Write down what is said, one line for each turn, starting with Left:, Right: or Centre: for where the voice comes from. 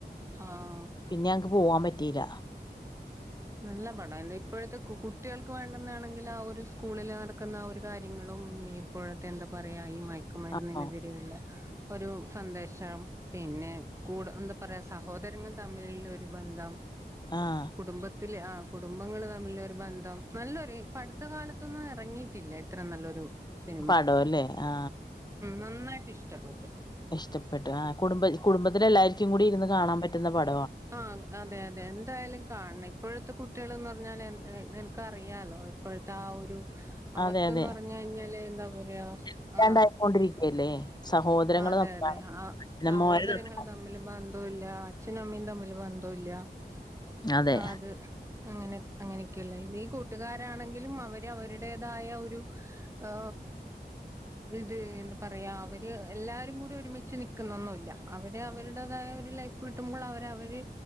Right: ആഹ്
Left: പിന്നെ ഞങ്ങക്ക് പോവാൻ പറ്റീല്ല
Right: നല്ല പടം എന്താ ഇപ്പോഴത്തെ കുട്ടികൾക്ക് വേണ്ടന്നാണെങ്കിൽ ആ ഒരു സ്കൂളില് നടക്കുന്ന ആ ഒരു കാര്യങ്ങളും ഇപ്പോഴത്തെ എന്താ പറയാ യക്കു മരുന്നിനെതിരെയുള്ള
Left: ആണോ
Right: ഒരു സന്ദേശം പിന്നെ കൂടെ എന്താ പറയാ സഹോദരങ്ങളും തമ്മിൽ ഉള്ള ഒരു ബന്ധം
Left: ആഹ്
Right: കുടുംബത്തില് ആ കുടുംബങ്ങള് തമ്മിൽ ബന്ധം നല്ലൊരു പ അടുത്ത കാലത്തൊന്നും ഇറങ്ങിയിട്ടില്ല ഇത്ര നല്ലൊരു സിനിമ
Left: പടം അല്ലേ ആ
Right: നന്നായിട്ട്ഷ്ടപ്പെടും
Left: ഇഷ്ടപ്പെട്ടു ആ കുടുംബ കുടുംബത്തിലെ എല്ലാവക്കു എനിക്കും കൂടി ഇരുന്ന് കാണണം ണൻ പറ്റുന്ന പടമാ
Right: ആ അതെ അതെ എന്തായാലും കാണണം ഇപ്പോഴത്തെ കുട്ടികൾ എന്ന് ഞാൻ എൻ എ നിനക്കറിയാലോ ഇപ്പോഴത്തെ ആ ഒരു അവർക്ക്ന്ന്
Left: അതെ അതെ
Right: പറഞ്ഞ കഴിഞ്ഞാല് എന്താപലെയ
Left: ബെല്ലാണ്ടായിക്കൊണ്ടിരിക്കല്ലേ
Right: ആ
Left: സഹോദരങ്ങള്
Right: അതെ
Left: തമ്മിലാണ്
Right: അതെ ആ
Left: പിന്നെ
Right: സഹോദരങ്ങള്
Left: മോര് തമ്മിൽ
Right: തമ്മില് ബന്ധവൂല്ല അച്ഛനും അമ്മയും തമ്മില് ബന്ധഉല്ല
Left: അതെ
Right: ആ അത് അങ്ങനെ അങ്ങനെയൊക്കെള്ള ഈ കൂട്ടുകാരാണെങ്കിലും അവര് അവരുടേതായ ഒരു എ ഇത് അ എന്താ പറയാ അവര് <unintelligible> എല്ലാരും കൂടി ഒരുമിച്ച് നിൽക്കുന്നൊന്നുല്ല അവര് അവരുടേതായ ഒരു ലൈഫ് കിട്ടുമ്പോൾ അവര അവര്